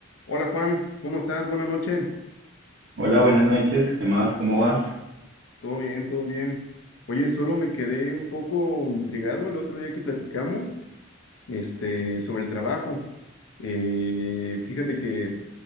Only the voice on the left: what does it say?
Hola Juan, ¿cómo estás? Buenas noches.
Todo bien, todo bien. Oye, solo me quedé un poco intrigado el otro día que platicamos, este, sobre el trabajo. Eh, fíjate que,